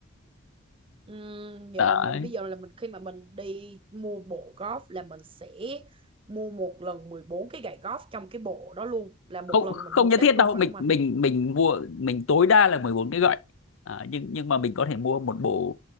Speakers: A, on the right; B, on the left.
A: Ừm, vậy
B: đấy
A: là mình bây giờ là mình khi mà mình đi mua bộ golf là mình sẽ mua một lần 14 cái gậy golf trong cái bộ đó luôn là một
B: không
A: lần
B: không
A: mình mua
B: nhất
A: hết
B: thiết
A: luôn
B: đâu
A: phải
B: mình
A: không anh
B: mình mình mua mình tối đa là mười bốn cái gậy à, nhưng nhưng mà mình có thể mua một bộ